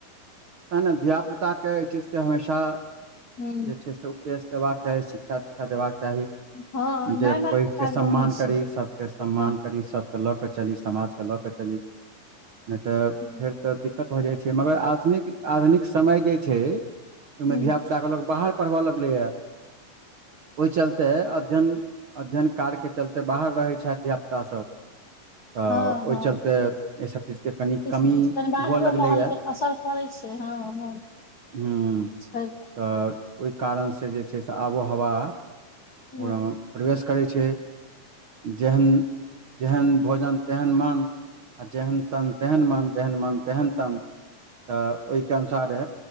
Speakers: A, on the right (about 60°); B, on the left (about 70°).
A: तै ने धिय पुता के एहि चीज के हमेशा
B: हूँ
A: जे छैय से उपदेश देबाक चाही शिक्षा दिक्षा देबाक चाही
B: हँ इनाय
A: जे
B: बात
A: पैघ
B: काज
A: के सम्मान
B: बनै छै
A: करी सबके सम्मान
B: हँ
A: करी सब लऽ कऽ चली समाज के लऽ कऽ चली नहि तऽ
B: हूँ
A: फेर तऽ दिक्कत भऽ जाइ छैय मगर आधुनिक आधुनिक समय जे छैय ओहिमे
B: हूँ
A: धिया पुता के लोक बाहर पढ़बऽ लगलैया ओहि चलते अध्ययन अध्ययन कार तै चलते बाहर रहै छैथ धिया पुता सब तऽ
B: हँ
A: ओहि
B: हँ
A: चलते एहिसभ चीजके कनि
B: किछ
A: कमी
B: ने किछ कनि बाहरियो
A: हुअ लगलैए
B: माहौल के असर पड़ै छिय हं हं
A: हूँ
B: छैय।
A: तऽ ओहि कारणसँ जे छैय से आबो हवा
B: छैहे
A: ओकरामे? प्रवेश करै छैय जेहन जेहन भोजन तेहन मन आ जेहन तन तेहन मन जेहन मन तेहन तन तऽ ओहिके अनुसारे